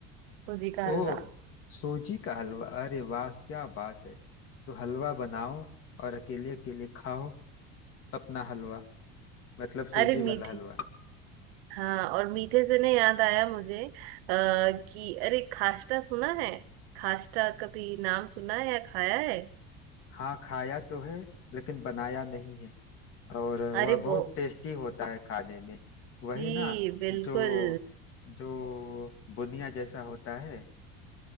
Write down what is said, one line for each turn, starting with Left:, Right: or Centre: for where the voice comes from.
Right: सूजी का हलवा
Left: ओह सूजी का हलवा अरे वाह क्या बात है तो हलवा बनाओ और अकेले अकेले खाओ अपना हलवा मतलब सूजी
Right: अरे मीठे
Left: वाला हलवा
Right: हाँ और मीठे से ना याद आया मुझे आ, कि अरे खास्टा सुना है खास्टा कभी नाम सुना है या खाया है
Left: हाँ खाया तो है लेकिन बनाया नहीं है और
Right: अरे
Left: वह बहुत
Right: बो
Left: टेस्टी होता है खाने में वही
Right: जी
Left: ना
Right: बिल्कुल
Left: जो जो बुनिया जैसा होता है